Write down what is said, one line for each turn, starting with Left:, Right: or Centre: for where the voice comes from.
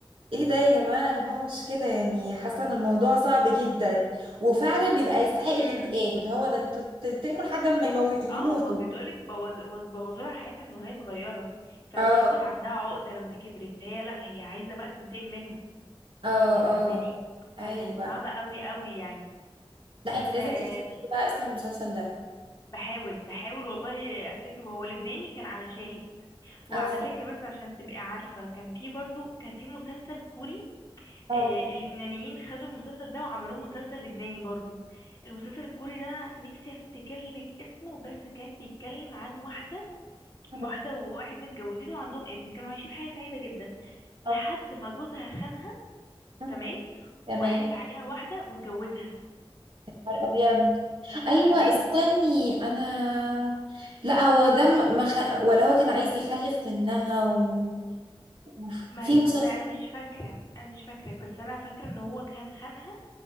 Right: ايه ده يا جماعه انا هو مش كده يعني حاسه ان الموضوع صعب جدا وفعلا بيبقى يستحق
Left: امم
Right: الانتقام اللي هو ده انتوا تنتقموا لحد ما يمو... يموتوا
Left: اه ما بتقولك بوظ... بوظولها حياتها من وهي صغيرة فاتربت
Right: اه
Left: عندها عقدة لما كبرت فهي لا هي عايزة بقى تنتقم منهم
Right: اه
Left: انت فاهماني
Right: اه ايوه
Left: فكانت صعبة قوي قوي يعني
Right: لا انت لازم
Left: آه،
Right: تفتكري بقى اسم المسلسل ده
Left: بحاول بحاول والله افتكره هو لبناني كان على شاهد وعلى
Right: اه
Left: فكرة بس عشان تبقي عارفة كان في برضو كان في مسلسل كوري
Right: اه
Left: آه اللبنانيين خدوا المسلسل ده وعملوه مسلسل لبناني برضو المسلسل الكوري ده نفسي افتكر لك اسمه بس كان بيتكلم عن واحدة
Right: آه،
Left: واحدة وواحد متجوزين وعندهم ابن كانوا عايشين حياة سعيدة جدا لحد
Right: آه،
Left: ما جوزها خانها
Right: آه.
Left: تمام
Right: تمام
Left: وعرف عليها واحدة واتجوزها
Right: ابيض ايوه
Left: فاهماني
Right: استني انا لا هو ده م- ما خ... ولا هو كان عايز يخلف منها و... أوف.
Left: ما,
Right: في
Left: ت-
Right: مسلسل
Left: ما انا مش فاكرة انا مش فاكرة بس انا فاكرة ان هو كان خانها